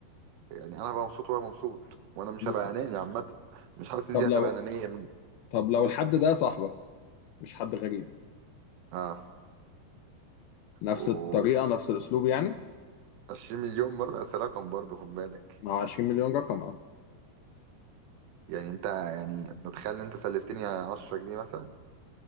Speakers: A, on the right; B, on the left.
A: يعني انا هبقى مبسوط وهو مبسوط وانا مش
B: مم.
A: هبقى اناني عامه مش حاسس ان
B: طب
A: دي
B: لو
A: هتبقى انانيه مني
B: طب لو الحد ده صاحبك مش حد غريب
A: اه
B: نفس
A: و
B: الطريقة نفس الأسلوب يعني
A: 20 مليون برضه بس رقم برضه خد بالك
B: ما هو 20 مليون رقم اه
A: يعني انت يعني تتخيل ان انت سلفتني 10 جنيه مثلا